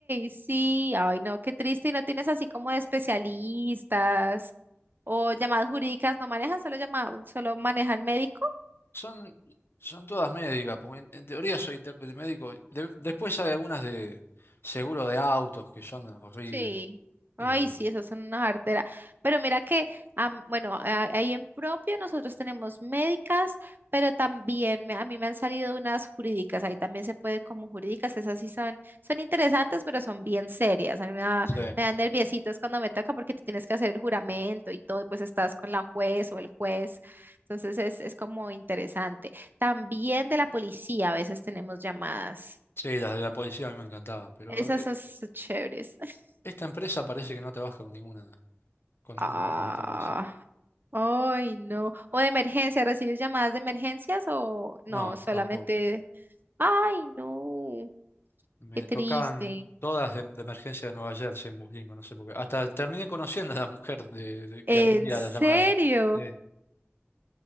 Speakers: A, on the right; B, on the left.
A: sí. Ay, no, qué triste. Y no tienes así como de especialistas o llamadas jurídicas. ¿No manejas? ¿Solo llama, solo manejan médicos?
B: Son, son todas médicas, porque en, en teoría soy intérprete médico. De- después hay algunas de seguro de autos que son horribles.
A: Sí. Ay,
B: Y,
A: sí, esas son unas arteras. Pero mira que, am- bueno, a- ahí en propio nosotros tenemos médicas, pero también me- a mí me han salido unas jurídicas. Ahí también se puede como jurídicas. Esas sí son, son interesantes, pero son bien serias. A mí me da,
B: sí,
A: me dan nerviositos cuando me toca porque tú tienes que hacer el juramento y todo, y pues estás con la juez o el juez. Entonces es, es como interesante. También de la policía a veces tenemos llamadas.
B: sí, las de la policía a mí me encantaban, pero
A: Esas
B: eh,
A: son chéveres. <laughs>
B: esta empresa parece que no trabaja con ninguna, con
A: Ah.
B: ningún departamento de policía.
A: Ay, no. O de emergencia, ¿recibes llamadas de emergencias o no?
B: No,
A: Solamente,
B: tampoco.
A: ay, no,
B: Me
A: qué triste.
B: tocaban todas de, de emergencia de Nueva Jersey en Buslingo, no sé por qué. Hasta terminé conociendo a la mujer de, de- que
A: ¿En
B: atendía
A: serio?
B: la llamada. Sí,